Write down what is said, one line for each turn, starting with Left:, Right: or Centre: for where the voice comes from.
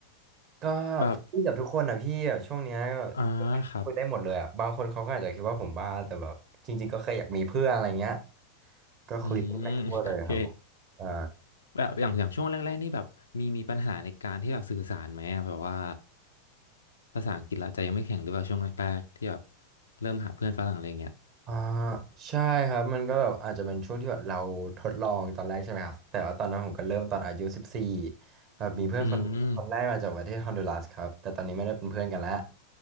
Right: ก็ฟี่กับทุกคนอะพี่อะช่วงเนี้ยก็แบบ
Left: แบบอ่าครับ
Right: คุยได้หมดเลยอะบางคนเขาก็อาจจะคิดว่าผมบ้าแต่แบบจริงๆก็แค่อยากมีเพื่อนอะไรเงี้ยก็คุยกันไปทั่วเลยครับผมใช่
Left: อืม <laughs> โอเคแบบอย่างอย่างช่วงแรกๆนี่แบบมีมีปัญหาในการที่แบบสื่อสารไหมอะแบบว่าภาษาอังกฤษเราจะยังไม่แข็งหรือเปล่าช่วงแรกๆที่แบบเริ่มหาเพื่อนฝรั่งอะไรเงี้ย
Right: อ่าใช่ครับมันก็แบบอาจจะเป็นช่วงที่แบบเราทดลองตอนแรกใช่ไหมครับแต่ว่าตอนนั้นผมก็เริ่มตอนอายุสิบสี่แบบมีเพื่อนคนคนแรกมาจากประเทศฮอนดูรัสครับแต่ตอนนี้ไม่ได้เป็นเพื่อนกันแล้ว
Left: อืม